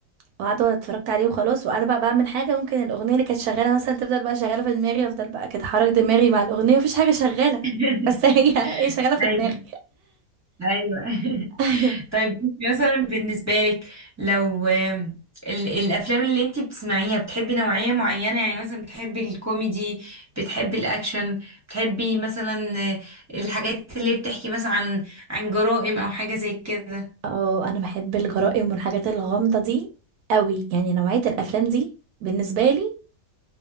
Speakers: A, on the right; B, on the right.
A: وقاعده اتفرجت عليه وخلاص وقاعده بقى بعمل حاجه ممكن الاغنيه اللي كانت شغاله مثلا تفضل بقى شغاله في دماغي افضل بقى كده حرك دماغي مع الاغنيه مفيش حاجه شغاله
B: <laughs>
A: بس هي <laughs> هي شغاله في
B: ايوه
A: دماغي
B: ايوه <laughs>
A: <laughs> ايوه
B: طيب انت مثلا بالنسبة لك لو آم، ال- الأفلام اللي انت بتسمعيها بتحبي نوعية معينة يعني مثلا بتحبي الكوميدي بتحبي الأكشن بتحبي مثلا آه، الحاجات اللي بتحكي مثلا عن عن جرائم أو حاجة زي كده
A: اه انا بحب الجرائم والحاجات الغامضة دي قوي يعني نوعية الافلام دي بالنسبة لي